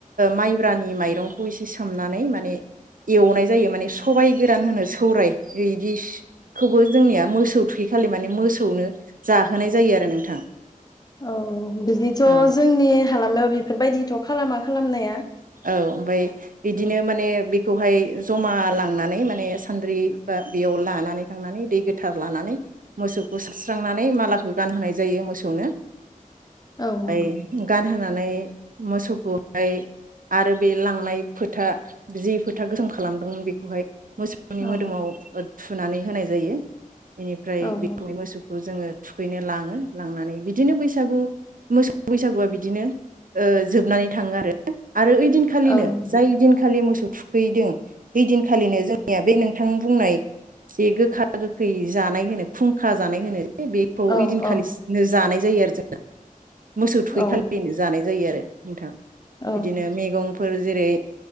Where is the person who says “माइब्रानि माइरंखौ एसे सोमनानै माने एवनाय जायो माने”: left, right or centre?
Right